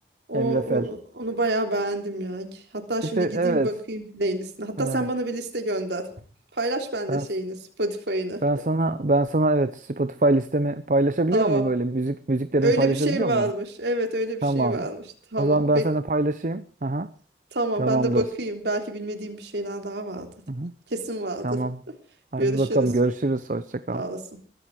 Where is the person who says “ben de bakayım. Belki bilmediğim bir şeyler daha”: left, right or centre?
Right